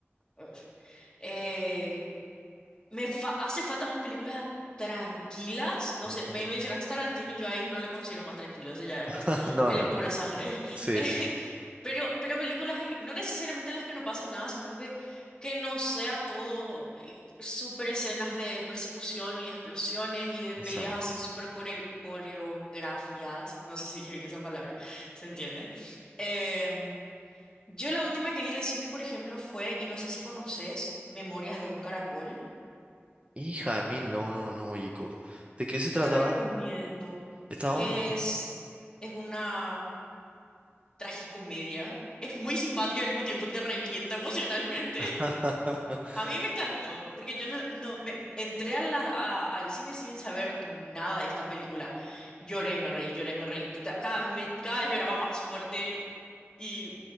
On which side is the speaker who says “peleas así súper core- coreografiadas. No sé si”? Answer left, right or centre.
Left